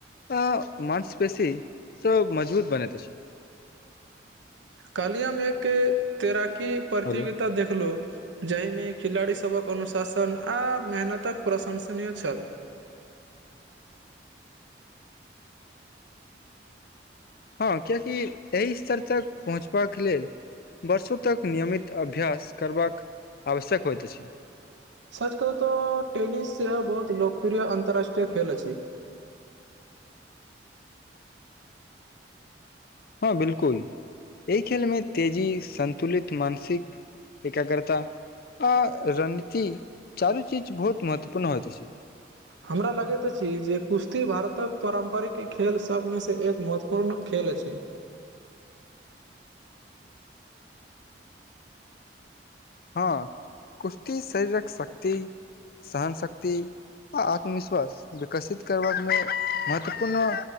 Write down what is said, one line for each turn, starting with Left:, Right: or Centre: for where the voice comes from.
Left: अ‌ माँसपेशीसँ मजबूत बनैत छी
Right: कालियमे एक तैराकी प्रतियोगिता
Left: हेलो
Right: देखलो जाहिमे खिलाड़ीसभक अनुशासन आ मेहनतक प्रशंसनीय छल
Left: हँ कियकि एहि स्तर तक पहुँचबाक लेल वर्षों तक नियमित अभ्यास करबाक आवश्यक होइत अछि
Right: सच कहू तऽ टेनिस बहुत लोकप्रिय अंतरराष्ट्रीय खेल अछि
Left: हँ बिलकुल एहि खेलमे तेजी संन्तुलित मानसिक एकरा करता अ रणनीति चारु चीज बहुत महत्वपूर्ण होइत छै
Right: हमरा लगैत अछि जे कुश्ती भारतक पारम्परिक खेल सबमें से एक महत्व पूर्ण खेल अछि
Left: हँ कुश्ती शरीरक शक्ति सहन शक्ति आ आत्मविश्वास विकसित करबामे महत्वपूर्ण